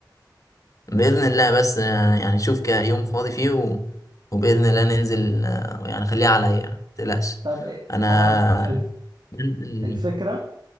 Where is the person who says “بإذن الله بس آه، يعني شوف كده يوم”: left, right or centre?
Left